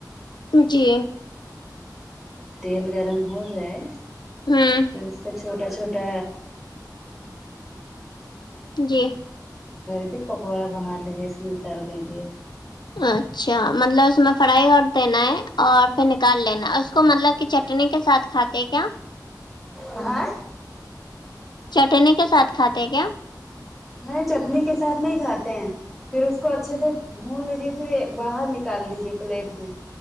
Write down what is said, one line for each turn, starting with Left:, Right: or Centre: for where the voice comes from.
Left: جی
Centre: تیل گرم ہو جائے
Left: ہوں
Centre: پھر اس کا چھوٹا چھوٹا
Left: جی
Centre: ٹھہر کے پکوڑا بنا لیجیے اس میں تل لیجیے
Left: اچھا مطلب اس میں فرائی کر دینا ہے اور پھر نکال لینا ہے اس کو مطلب کہ چ چٹنی کے ساتھ کھاتے ہیں کیا
Centre: ہاں
Left: چٹنی کے ساتھ کھاتے ہیں کیا
Centre: نہیں چٹنی کے ساتھ نہیں کھاتے ہیں پھر اس کو اچھے سے بھون لیجیے پھر یہ باہر نکال لیجیے پلیٹ میں